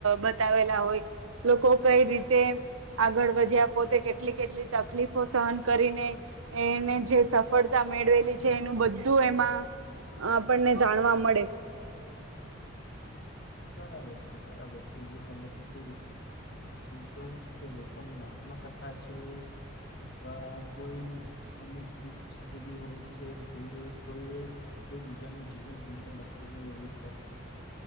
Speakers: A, on the right; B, on the left.
A: બતાવેલા હોય લોકો કઈ રીતે આગળ વધ્યા પોતે કેટલી કેટલી તકલીફો સહન કરીને એને જે સફળતા મેળવેલી છે એનું બધું એમાં આપણને જાણવા મળે.
B: બબર બરાબર છે ત કેવું છે કે લોકોની આત્મકથા છે અથવા કોઈ અમુક બ એવી હોય છે જે કોઈ બીજાને જીને જોઈને લખેલી હોય છે.